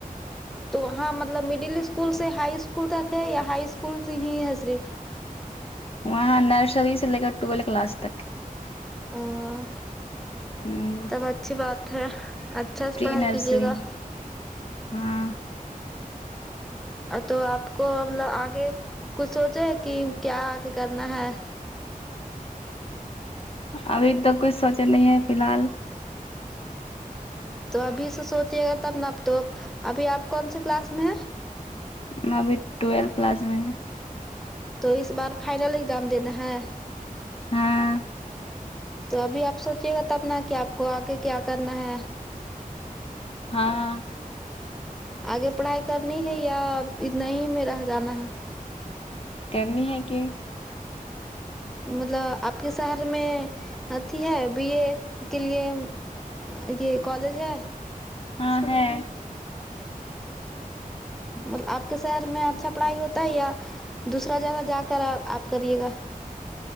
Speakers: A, in the centre; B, on the left.
A: تو ہاں مطلب مڈل اسکول سے ہائی اسکول تک ہے یا ہائی اسکول ہی ہے صرف
B: وہاں نرسری سے لے کر ٹویلو کلاس تک
A: صرف
B: ہ
A: تب اچھی بات ہے اچھا سے
B: پری
A: پڑھائی
B: نرسری
A: کیجیے گا
B: ہاں
A: ا تو آپ کو مطلب آگے کچھ سوچا کہ کیا آگے کرنا ہے
B: ابھی تک کچھ سوچے نہیں ہے فیل حال
A: تو ابھی سے سوچیے گا تب نا اب تو ابھی آپ کون سے کلاس میں ہے
B: میں ابھی ٹویلتھ کلاس میں ہیں
A: تو اس بار فائنل اگزام دینا ہے
B: ہاں
A: تو ابھی آپ سوچیے گا تب ن کہ آپ کو آگے کیا کرنا ہے
B: ہاں
A: آگے پڑھائی کرنی ہے یا اتنا ہی میں رہ جانا ہے
B: کرنی ہے کہ
A: مطلب آپ کے شہر میں اتیھی ہے بی اے کے لیے یہ کالج ہے
B: ہاں ہے
A: ا آپ کے شہر میں اچھا پڑھائی ہوتا ہے یا دوسرا جگہ جا کر آپ کریے گا